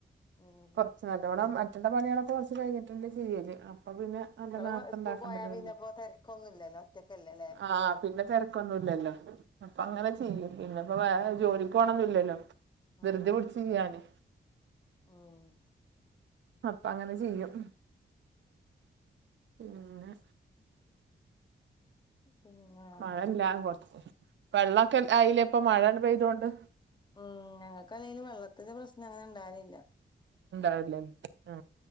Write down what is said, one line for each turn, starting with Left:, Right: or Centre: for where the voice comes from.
Left: ഉം
Right: കൊറച്ച് നല്ലോണം അ ഇക്കണ്ട പണിയാളൊക്കെ കുറച്ച് കഴിഞ്ഞിട്ടെന്നേ ചെയ്യല് പിന്നെ
Left: മക്കള്
Right: നല്ല നേരത്തെ
Left: സ്കൂൾക്ക്‌
Right: ഉണ്ടാക്കണ്ടല്ലോ
Left: പോയാ പിന്നെപ്പോ തിരക്കൊന്നുല്ലല്ലോ ഒറ്റക്കല്ലേ ല്ലേ
Right: ആ പിന്നെ തെരക്ക ക്കൊന്നുല്ലല്ലോ അപ്പൊ അങ്ങനെ ചെയ്യും പിന്നെപ്പ വേറെ ജോലിക്കോണൊന്നും ഇല്ലല്ലോ
Left: ഉം
Right: ധൃതി പിടിച്ച് ചെയ്യാന്
Left: ഉം
Right: അപ്പൊ അങ്ങനെ ചെയ്യും പിന്നെ
Left: പിന്നെ
Right: മഴ ഇല്ലാ കൊറച്ച് വെള്ളൊക്കെ ആയില്ലെ ഇപ്പ മഴണ്ട് പെയ്തോണ്ട്
Left: ഉം ഞങ്ങൾക്ക് അല്ലെങ്കിലും വെള്ളത്തിന്റെ പ്രശ്നം അങ്ങനെ ഇണ്ടാലില്ല
Right: ഉണ്ടാവില്ലേ അ